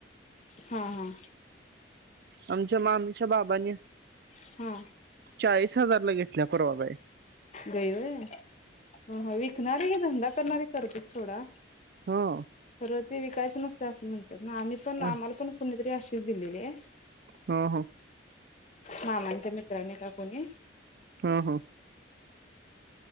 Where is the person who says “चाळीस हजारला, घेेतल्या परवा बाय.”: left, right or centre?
Right